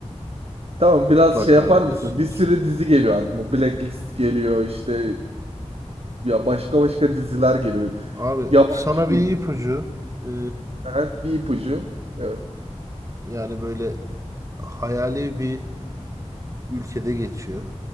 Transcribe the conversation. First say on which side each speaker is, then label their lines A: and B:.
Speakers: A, on the right (about 55°); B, on the right (about 25°).
A: Tamam
B: Mutlaka
A: biraz şey yapar
B: biliyorsunuz.
A: mısın? Bir sürü dizi geliyor aklıma. Blacklist geliyor işte ya başka başka diziler geliyor.
B: Abi
A: Yabancı
B: sana bir
A: bir, dizi.
B: ipucu. Ee,
A: ha, bir ipucu. Evet.
B: yani böyle hayali bir ülkede geçiyor.